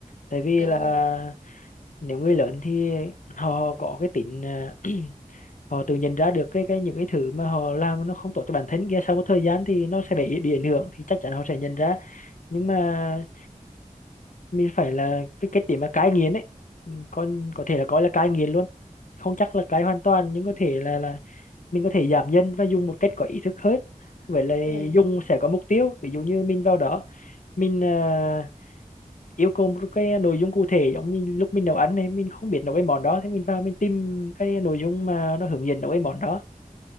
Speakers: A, on the left (about 65°); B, on the right (about 75°).
A: tại vì
B: đúng
A: là
B: không
A: nếu người lớn thì họ có cái tính à, <clears throat> họ tự nhận ra được cái cái những cái thứ mà họ làm nó không tốt cho bản thân kia sau một thời gian thì nó sẽ bị bị ảnh hưởng thì chắc chắn họ sẽ nhận ra nhưng mà mình phải là cái cái điểm mà cai nghiện ấy Ừ, con có thể là coi là cai nghiện luôn không chắc là cai hoàn toàn nhưng có thể là là mình có thể giảm dần và dùng một cách có ý thức hơn vậy là
B: ừ
A: dùng sẽ có mục tiêu ví dụ như mình vào đó mình à, yêu cầu một cái nội dung cụ thể giống mình lúc mình nấu ăn này mình không biết nấu cái món đó thế mình vào mình tìm cái nội dung mà nó hướng dẫn nấu cái món đó